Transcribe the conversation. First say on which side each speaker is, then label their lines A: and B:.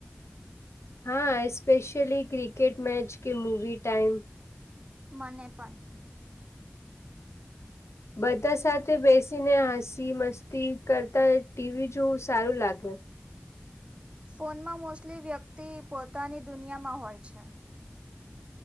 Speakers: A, on the left; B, on the right.
A: હા સ્પેશયલી ક્રિકેટ મેચ કે મૂવી ટાઈમ
B: મને પણ
A: બધા સાથે બેસીને હસી મસ્તી કરતા ટીવી જોવું સારું લાગે.
B: ફોનમાં મોસ્ટલી વ્યક્તિ પોતાની દુનિયામાં હોય છે.